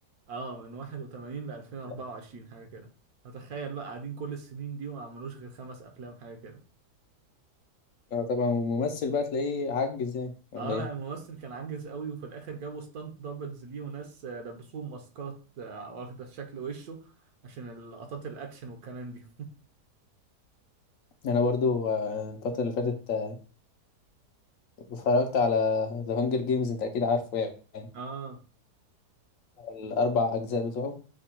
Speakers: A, on the right; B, on the left.
A: اه من 81 ل 2024
B: لا.
A: حاجه كده فتخيل بقى قاعدين كل السنين دي وما عملوش غير خمس افلام حاجه كده
B: اه طبعا وممثل بقى تلاقيه عجز يعني ولا
A: اه لا
B: ايه
A: الممثل كان عاجز قوي وفي الاخر جابوا ستانت دبلز ليه وناس آه، لبسوه ماسكات آه، واخده شكل وشه عشان لقطات الاكشن والكلام دي
B: <laughs> انا برضو آه، الفترة اللي فاتت آه، اتفرجت على ذا هانجر جيمز انت اكيد عارفه يعني
A: اه
B: الاربع اجزاء بتوعه